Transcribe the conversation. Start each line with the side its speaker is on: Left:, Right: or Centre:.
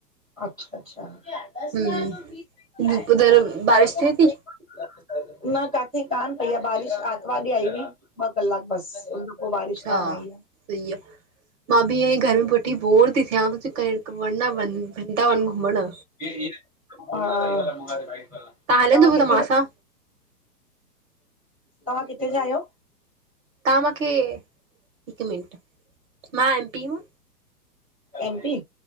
Centre: अच्छा, अच्छा <unintelligible>
Right: हम्म उधर बारिश थिए थी?
Centre: न काथे कान पई आह बारिश आरतवार ॾींंह आई हुई। ॿ कलाक बसि उन खा पोइ बारिश
Right: अच्छा
Centre: कान आई आह।
Right: सही आह मां बि इयई घर में पु थी बोर थी थिया वरना व वदा व घुमण।
Centre: <unintelligible> हां,
Right: हलंदव
Centre: तव्हां किथे?
Right: त मां सां?
Centre: तव्हां किथे जा आहियो?
Right: तव्हां माखे हिक मिंट मां एम पी मां।
Centre: एम पी